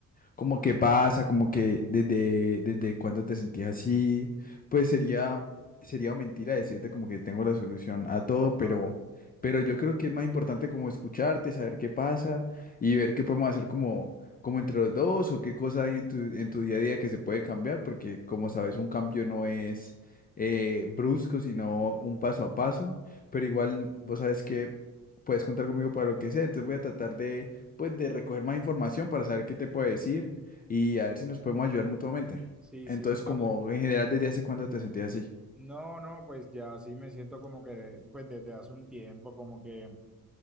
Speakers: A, on the left; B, in the centre.
A: como qué pasa, como que desde, desde cuándo te sentías así, pues sería, sería mentira decirte como que tengo la solución a todo, pero,
B: Claro.
A: pero yo creo que es más importante como escucharte, saber qué pasa y ver qué podemos hacer como, como entre los dos o qué cosa hay en tu, en tu día a día que se puede cambiar, porque como sabes, un cambio no es eh, brusco, sino un paso a paso, pero igual vos sabes que puedes contar conmigo para lo que sea, entonces voy a tratar de pues de recoger más información para saber qué te puede decir
B: Mm,
A: y a ver si nos podemos ayudar mutuamente.
B: Sí,
A: Entonces,
B: sí, vale.
A: como en general, ¿desde hace cuánto te sentías así?
B: No, no, pues ya sí me siento como que, pues desde hace un tiempo, como que,